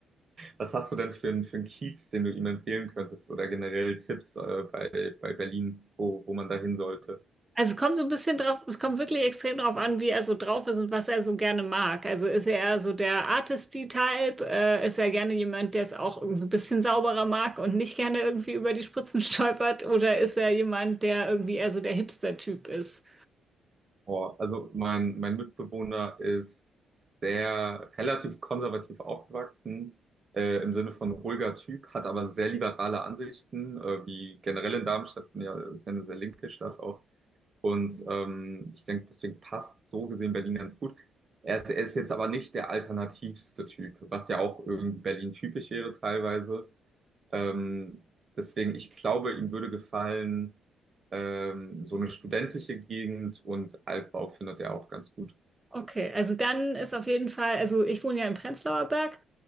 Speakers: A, on the right (about 40°); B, on the right (about 15°).
A: was hast du denn für einen, für einen Kiez, den du ihm empfehlen könntest oder generell Tipps, äh, bei, bei Berlin, wo, wo man da hin sollte?
B: Also kommt so ein bisschen drauf, es kommt wirklich extrem drauf an, wie er so drauf ist und was er so gerne mag. Also ist er eher so der Artisty-Type, äh, ist er gerne jemand, der es auch irgendwie ein bisschen sauberer mag und nicht gerne irgendwie über die Spritzen <laughs> stolpert, oder ist er jemand, der irgendwie eher so der Hipster-Typ ist?
A: Oh, also mein, mein Mitbewohner ist sehr relativ konservativ aufgewachsen, äh, im Sinne von ruhiger Typ, hat aber sehr liberale Ansichten, äh, wie generell in Darmstadt, sind ja, ist ja eine sehr linke Stadt auch. Und ähm, ich denke, deswegen passt so gesehen Berlin ganz gut. Er ist, er ist jetzt aber nicht der alternativste Typ, was ja auch irgendwie Berlin typisch wäre teilweise. Ähm, deswegen, ich glaube, ihm würde gefallen, ähm, so eine studentische Gegend und Altbau findet er auch ganz gut.
B: Okay, also dann ist auf jeden Fall, also ich wohne ja im Prenzlauer Berg